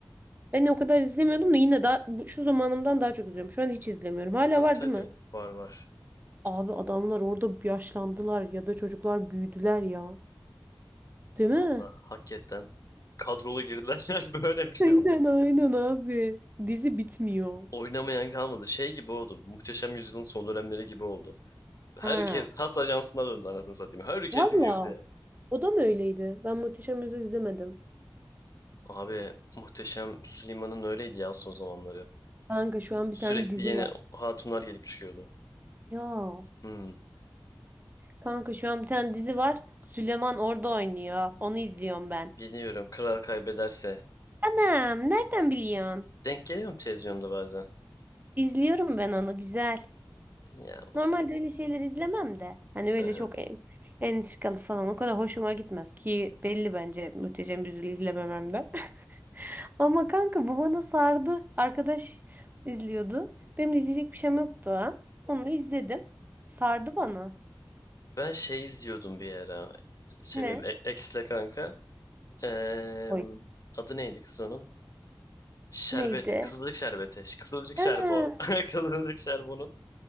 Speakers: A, on the right; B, on the left.
A: Ben o kadar izlemiyordum da yine daha, bu- şu zamanımdan daha çok izliyorum. Şu an hiç izlemiyorum. Hala
B: Tabii
A: var
B: tabii.
A: değil mi?
B: Var var.
A: Abi adamlar orada yaşlandılar ya da çocuklar büyüdüler ya. Değil mi?
B: Allah hakikaten kadrolu girdiler <laughs> yani böyle bir şey
A: Aynen
B: var.
A: aynen abi. Dizi bitmiyor.
B: Oynamayan kalmadı. Şey gibi oldu. Muhteşem Yüzyıl'ın son dönemleri gibi oldu. Herkes
A: Ha.
B: kas ajansına döndü anasını satayım. Herkes
A: Valla.
B: girdi.
A: O da mı öyleydi? Ben Muhteşem Yüzyıl izlemedim.
B: Abi Muhteşem Süleyman'ın öyleydi ya son zamanları.
A: Kanka şu an bir
B: Sürekli
A: tane dizi
B: yeni
A: var.
B: hatunlar gelip çıkıyordu.
A: Ya.
B: Hmm,
A: Kanka şu an bir tane dizi var. Süleyman orada oynuyor. Onu izliyorum ben.
B: biliyorum kral kaybederse.
A: Anam nereden biliyorsun?
B: Denk geliyorum televizyonda bazen.
A: İzliyorum ben onu güzel.
B: Ya
A: Normalde öyle şeyler izlemem de. Hani öyle
B: hı hı.
A: çok en, entrikalı falan o kadar hoşuma gitmez ki belli bence Muhteşem Yüzyıl'ı izlemememden. <laughs> Ama kanka bu bana sardı. Arkadaş izliyordu. Benim de izleyecek bir şeyim yoktu ha. Onu izledim. Sardı bana.
B: Ben şey izliyordum bir ara. Şey
A: Ne?
B: benim e- ex'le kanka. Eee,
A: Oy.
B: adı neydi kız onun? Şerbet.
A: Neydi?
B: Kızılcık şerbeti. Ş- Kızılcık
A: Ana,
B: şerbo. <laughs> Kızılcık şerbonun.